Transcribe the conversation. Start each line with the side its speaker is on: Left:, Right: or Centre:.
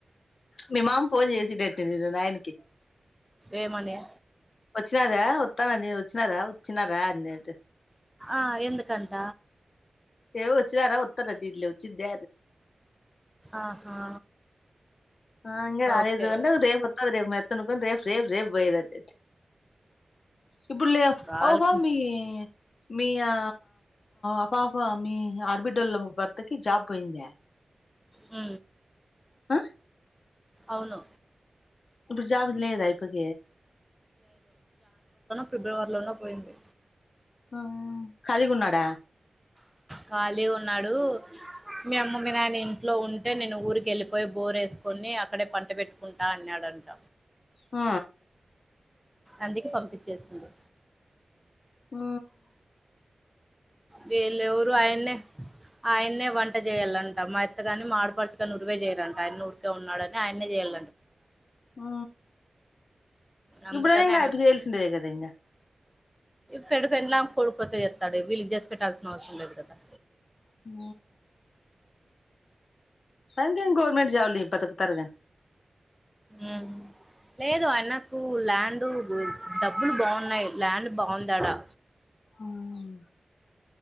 Left: మీ మామ్ ఫన్ చేసిట నయన్కి
Centre: ఏమనియ
Left: వచ్చినారా వస్తానది వచ్చినారా వచ్చినారా అన్నింటి
Centre: ఆ ఎందుకంట
Left: ఎవచ్చ అర ఉత్త నడ్ లేవు చింది
Centre: ఆహా
Left: ఆంర అఐ
Centre: ఓకే
Left: ఇదు వంట
Centre: ఓకే
Left: రే రే మత్తకు రే రేఫ రేపు పోయద అంట ఇప్పుడు
Centre: వాళ్ళకి
Left: అఔపామి మీ ఆ అపాప మీ ఆడబిడ్డల భర్తకి జాబ్ పోయింది
Centre: హ
Left: ఆ
Centre: అవును
Left: ఇప్పుడు జాపతం లేదా ఇప్పక
Centre: ఫిబ్రవరిలోనే పోయింది
Left: ఆ కదిగున్నాడా
Centre: ఖాళీ ఉన్నాడు మీ అమ్మ మీ నాయన ఇంట్లో ఉంటే నేను ఊరికి వెళ్ళిపోయి బోర్ వేసుకొని అక్కడే పంట పెట్టుకుంటా అన్నాడు ంట
Left: ఆ
Centre: అందుక పంపించేసింది
Left: ఆ
Centre: వే లేవురు అయన్న ఆయన్న వంట చేయ్యాలంట మెత్తగాని మాడపడుచు కాని ఉడివే చేయాలంట ఆయన ఉరికే ఉన్నాడని ఆయనే చేయాల
Left: ఉ
Centre: అందుకని
Left: ఇప్పుడనే ఇంకాయపు చేల్సిండే కదా ఇంకా
Centre: పెడి పెనలా కోడి కోతే చేస్తాడు వీళ్ళ ఇ చేసి పెట్టాల్సిన అవసరం లేదు కదా
Left: ఆ అంకేం గవర్మెంట్ జాబ్లి బతకతరుగా
Centre: ఉమ్ లేదు అన్న కు ల్యాండు డ్ డబ్బులు బావున్నయి, ల్యాండ్ బావుందాడా
Left: హ్మ్